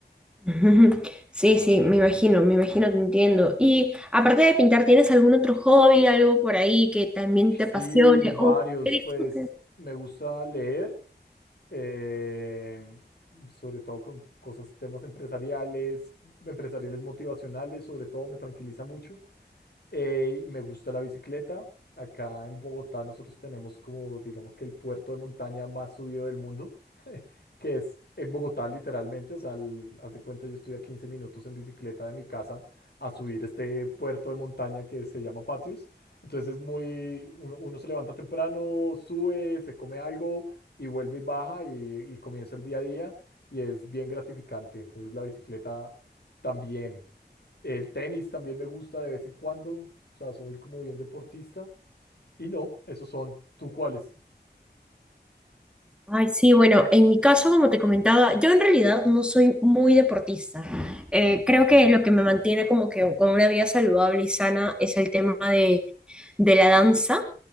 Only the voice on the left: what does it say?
Sí, varios,
pues me gusta leer, em, sobre todo con cosas, temas empresariales, empresariales motivacionales, sobre todo me tranquiliza mucho. Eh, me gusta la bicicleta. Acá en Bogotá nosotros tenemos como, digamos que el puerto de montaña más subido del mundo, <laughs> que es en Bogotá literalmente. O sea, al- haz de cuenta, yo estoy a 15 minutos en bicicleta de mi casa a subir este puerto de montaña que se llama Patios. Entonces es muy, uno, uno se levanta temprano, sube, se come algo y vuelve y baja y, y comienza el día a día y es bien gratificante. Entonces la bicicleta también. El tenis también me gusta de vez en cuando, o sea, soy como bien deportista. Y no, esos son. ¿Tú cuáles?